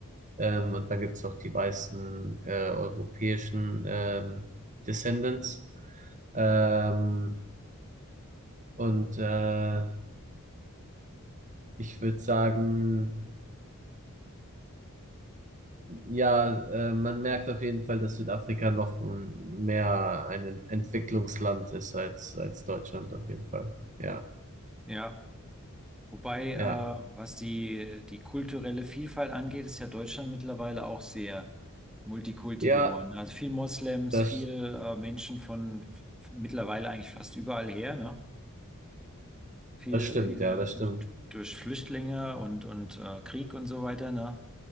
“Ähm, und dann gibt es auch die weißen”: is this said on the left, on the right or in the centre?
Right